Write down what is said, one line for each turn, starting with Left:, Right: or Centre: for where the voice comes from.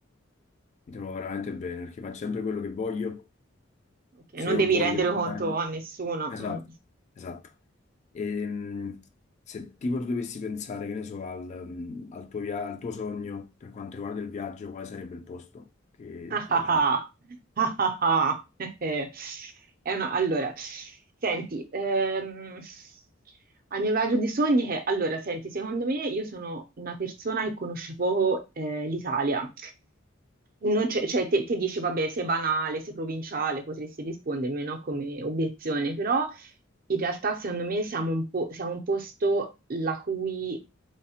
Left: mi trovo veramente bene perché faccio sempre quello che voglio
Right: Ok, non
Left: se
Right: devi
Left: ho voglia
Right: rendere
Left: di
Right: conto
Left: fare una...
Right: a nessuno.
Left: Esatto,
Right: Mm.
Left: esatto. Ehm, se tipo tu dovessi pensare, che ne so, al, mm, al tuo, via- al tuo sogno per quanto riguarda il viaggio, quale sarebbe il posto che
Right: <laughs> Ah
Left: ti
Right: ah
Left: piace
Right: ah,
Left: di più?
Right: ah ah ah. <laughs> È una- Allora, senti, ehm, al mio viaggio di sogni che, allora, senti, secondo me io sono una persona che conosce poco eh, l'Italia. Non c'è- Cioè, te, te dici, vabbè, sei banale, sei provinciale, potresti rispondermi, no, come obiezione, però in realtà, secondo me, siamo un po', siamo un posto la cui